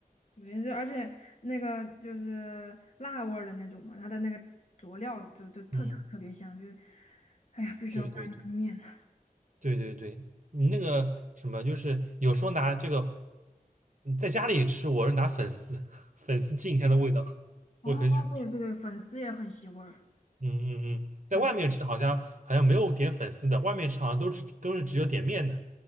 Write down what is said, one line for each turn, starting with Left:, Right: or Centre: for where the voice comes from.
Left: 对，这而且那个就是辣味儿的那种嘛，它的那个佐料就就特特特别香，
Right: 嗯，
Left: 就是，哎呀，必须要拌一份面呢。
Right: 对对对对对对，你那个什么，就是有时候拿这个嗯在家里吃，我是拿粉丝 <laughs> 粉丝浸一下的味道，
Left: 哦，
Right: 我很喜欢吃。
Left: 对对对，粉丝也很吸味儿，
Right: 嗯嗯嗯，在外面吃好像好像没有点粉丝的，
Left: 粉丝
Right: 外面吃好像都是都是只有点面的，